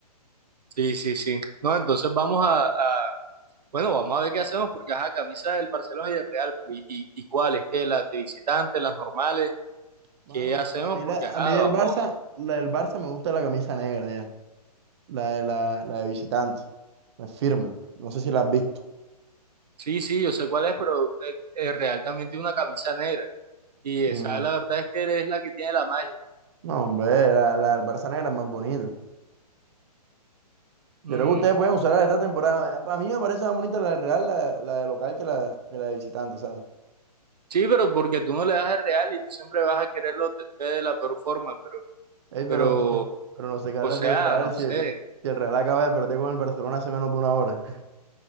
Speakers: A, on the right; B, on the right.
A: Sí, sí, sí. No, entonces vamos a, a- bueno, vamos a ver qué hacemos, porque ajá, camisas del Barcelona y del Real, pero ¿y, y, y cuáles? ¿Qué? ¿Las de visitantes, las normales?
B: Mano,
A: ¿Qué hacemos?
B: a mí, la,
A: Porque
B: a
A: ajá,
B: mí del
A: vamos.
B: Barça, la del Barça me gusta la camisa negra ya, la de, la, la de visitante, es firme, no sé si la has visto.
A: Sí, sí, yo sé cuál es, pero el, el Real también tiene una camisa negra. Y esa,
B: Mm,
A: la verdad es que es la que tiene la magia.
B: No, hombre, la, la del Barça negra es más bonita.
A: Mm.
B: Yo creo que ustedes pueden usar la de esta temporada. A mí me parece más bonita la del Real, la, la de local, que la, que la de visitante, ¿sabes?
A: Sí, pero porque tú no le das el real y tú siempre vas a quererlo de- ver de la peor forma, pero,
B: Ey,
A: pero,
B: pero, pero, pero no se las
A: o sea,
B: del Real
A: no
B: si,
A: sé.
B: si el Real acaba de perder con el Barcelona hace menos de una hora.